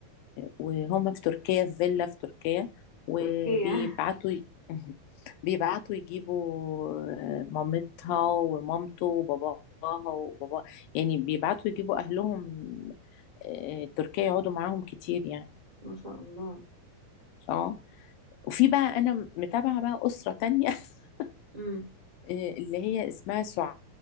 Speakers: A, on the left (about 80°); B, on the right (about 30°).
A: وهم في تركيا في فيلا في تركيا وبيبعتوا
B: تركيا <laughs>
A: ي- <laughs> بيبعتوا يجيبوا آه، مامتها ومامته وباباها وبابا يعني بيبعتوا يجيبوا أهلهم آه، تركيا يقعدوا معاهم كتير يعني
B: ما شاء الله
A: اه وفي بقى أنا متابعة بقى أسرة تانية <laughs>
B: مم.
A: آه، اللي هي اسمها سع...